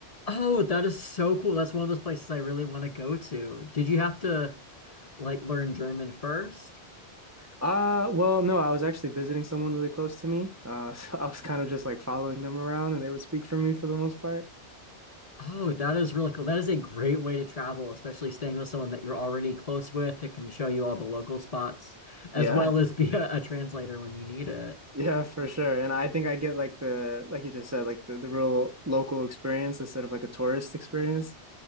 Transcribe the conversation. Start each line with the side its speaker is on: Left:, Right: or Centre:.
Left: Oh, that is so cool. That's one of those places I really want to go to. Did you have to like learn German first?
Right: Uh, well, no, I was actually visiting someone really close to me. Uh, <laughs> so I was kind of just like following them around and they would speak for me for the most part.
Left: Oh, that is really cool. That is a great way to travel, especially staying with someone that you're already close with that can show you all the local spots, as
Right: Yeah,
Left: well as be a, a translator when you need it.
Right: yeah, for sure. And I think I get like the, like you just said, like the, the real local experience instead of like a tourist experience.